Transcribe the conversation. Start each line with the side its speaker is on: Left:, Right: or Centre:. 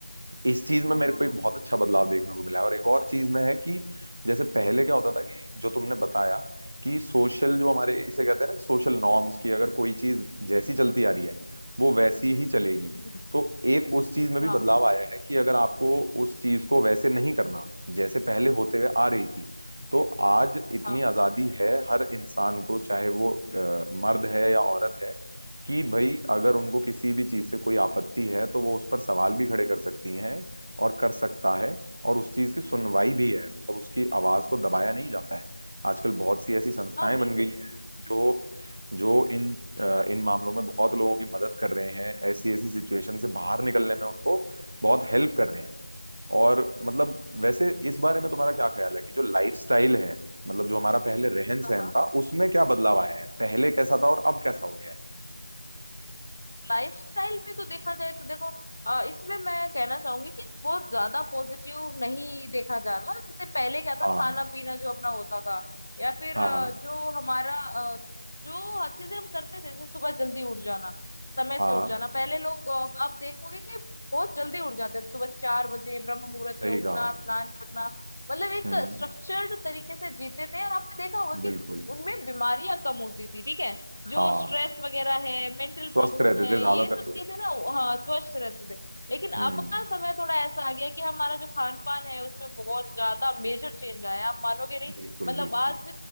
Right: इस चीज में
Left: हम्म
Right: मेरे को
Left: हम्म
Right: एक बहुत अच्छा बदलाव देखने को मिला है और एक और चीज में है कि जैसे पहले क्या होता था कि जो तुमने बताया कि सोशल जो हमारे इसे कहते हैं ना कि सोशल नॉर्म्स की अगर कोई चीज जैसी चलती आ रही है वो वैसी ही चलेगी
Left: हम्म, हम्म,
Right: तो एक उस चीज में भी
Left: हाँ
Right: बदलाव आया है कि अगर आपको उस चीज को वैसे नहीं करना जैसे पहले होते हुए आ रही थी तो आज इतनी
Left: हाँ
Right: आजादी है हर इंसान को चाहे वो अ, मर्द है या औरत है कि भाई अगर उनको किसी भी चीज से कोई आपत्ति है तो वो उस पर सवाल भी खड़े कर सकती हैं और कर सकता है और उस चीज की सुनवाई भी है मतलब उसकी आवाज को दबाया नहीं जाता है आजकल बहुत सी ऐसी संस्थाएं
Left: हाँ बिल्कुल
Right: बन गई हैं जो जो इन अ, इन मामलों में बहुत लोगों की मदद कर रहे हैं ऐसी ऐसी सिचुएशन से बाहर निकलने में उनको बहुत हेल्प कर रहे हैं और मतलब वैसे इस बारे में तुम्हारा क्या ख्याल है कि जो लाइफस्टाइल है मतलब जो हमारा पहले रहन सहन
Left: हाँ हाँ
Right: था उसमें क्या बदलाव आया है पहले कैसा था और अब कैसा हो गया है
Left: लाइफस्टाइल में तो देखा जाए तो देखो अ, इसमें मैं कहना चाहूंगी कि बहुत ज्यादा पॉजिटिव नहीं देखा जा रहा जैसे पहले क्या था
Right: हाँ
Left: खाना पीना जो अपना होता था या फिर
Right: हाँ
Left: अ,
Right: हाँ
Left: जो हमारा अ, जो हर चीजें हम करते थे जैसे सुबह जल्दी उठ जाना समय
Right: हाँ
Left: से उठ जाना पहले लोग अ, आप देखोगे कि बहुत जल्दी उठ जाते थे सुबह चार बजे ब्रह्म मुहूर्त
Right: सही
Left: में उठना
Right: कहा
Left: स्नान करना मतलब एक
Right: हम्म
Left: स्ट्रक्चर्ड तरीके से जीते थे और आपने देखा होगा
Right: बिल्कुल
Left: कि उनमें बीमारियां कम होती थी ठीक है जो
Right: हाँ
Left: स्ट्रेस वगैरह है मेंटल प्रॉब्लम
Right: स्वस्थ रहते
Left: है
Right: थे ज्यादातर
Left: ये सब
Right: लोग
Left: चीजें ना हाँ स्वस्थ रहते थे लेकिन
Right: हम्म
Left: अब का समय थोड़ा ऐसा आ गया कि हमारा जो खान पान है उसमें बहुत ज्यादा मेजर चेंज आया है। आप मानोगे नहीं
Right: बिल्कुल
Left: मतलब
Right: बिल्कुल
Left: आज